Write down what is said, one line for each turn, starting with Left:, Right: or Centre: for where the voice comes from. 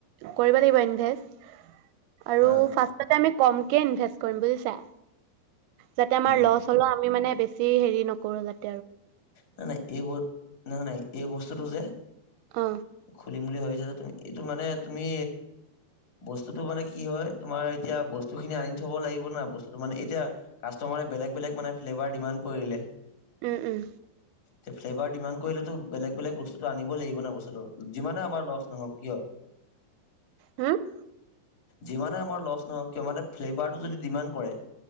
Right: কৰিব লাগিব ইনভেষ্ট । আৰু
Left: হা
Right: ফাৰ্ষ্টতে আমি, কমকে ইনভেষ্ট কৰিম বুজিছা । যাতে আমাৰ
Left: উম
Right: লচ হলেও আমি মানে । বেছি হেৰি নকৰোঁ যাতে ।
Left: নাই নাই এ ব নাই নাই এইবস্তু । বস্তুটো যে
Right: অ
Left: । খুলিম বুলি ভাবিছা য । এইটো মানে তুমি বস্তুটো মানে কি হয় তোমাৰ এতিয়া বস্তু খিনি আনি থব লাগিব না বস্তু মানে এতিয়া কাষ্টমাৰে বেলেগ বেলেগ মানে ফ্লেভাৰ ডিমাণ্ড কৰিলে ।
Right: উম উম ।
Left: তে ফ্লেভাৰ । ডিমাণ্ড কৰিলেতো বেলেগ বেলেগ বস্তুটো আনিবই লাগিব ন বস্তুটো । যিমানে আমাৰ লচ নহওক । কিয় ।
Right: হা ।
Left: যিমানে আমাৰ লছ নহওক কিয় মানে ফ্লেভাৰটো যদি ডিমাণ্ড কৰে ।